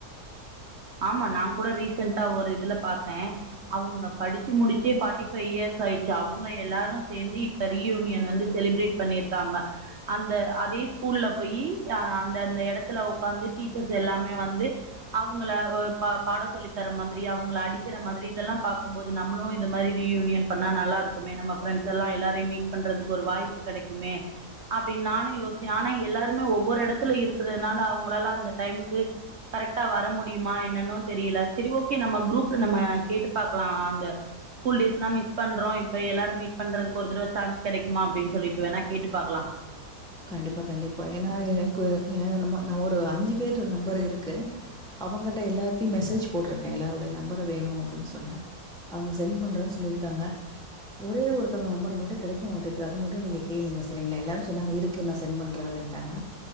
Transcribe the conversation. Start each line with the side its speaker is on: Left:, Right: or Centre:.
Right: ஆமா நான் கூட ரீசண்டா ஒரு இதுல பாார்த்தேன் அவுங்க படிச்சு முடிச்சே பார்ட்டி ஃபைவ் இயர்ஸ் ஆயிடுச்சு அவங்க எல்லாரும் சேர்ந்து இப்ப ரீயூனியன் வந்து செலிப்ரேட் பண்ணியிருக்காங்க அந்த அது பே ஸ்கூல்ல போயி அந்தந்த இடத்துல உக்கார்ந்து டீச்சர்ஸ் எல்லாமே வந்து அவ் உங்கள ஓ பாட சொல்லி தர மாதிரி அவங்கள அடிக்கிற மாதிரி இதெல்லாம் பார்க்கும்போது நம்மளும் இந்த மாதிரி ரியூனி ஏன் பண்ணா நல்லா இருக்குமே நம்ம ஃபிரண்ட்ஸ் எல்லாம் எல்லாரையும் மீட் பண்றதுக்கு ஒரு வாய்ப்பு கிடைக்குமே அப்படி நானே தி யோசு ஆனா எல்லாருமே ஒவ்வொரு இடத்துல இருக்கதனால அவங்களால அந்த டைமுக்கு கரெக்டா வர முடியு முடியுமா என்னன்னோ தெரியல சரி ஓகே நம்ம குரூப்ல நம்ம கேட்டு பாக்கலாம் அந்த ஸ்கூல் டேஸ்லா மிஸ் பண்றோ இப்ப எல்லாரும் மீட் பண்றதுக்கு ஒரு தடவை சான்ஸ் கிடைக்குமா அப்படின் சொல்லிட்டு வேணா கேட்டு பாக்கலாம் <unintelligible>
Centre: கண்டிப்பா கண்டிப்பா ஏன்னா எனக்கு ஏ ந நான் ஒரு அஞ்சு பேரு நம்பர் இருக்கு அவுங்களட்ட எல்லாத்தையும் மெசேஜ் போடுறது எல்லாருடைய நம்பரு வேணும் அப்படின்னு சொன்ன அவுங்க சென்ட் பண்றேன்னு சொல்லிருக்காங்க ஒரே ஒருத்தங்க நம்பர் மட்டும் கிடைக்க மாட்டுது அது மட்டும் நீங்க கேளுங்க சரிங்களா எல்லாரு சொன்னாங்க இருக்கு கே ந சென்ட் பண்றேன் அப்படின்ட்டாங்க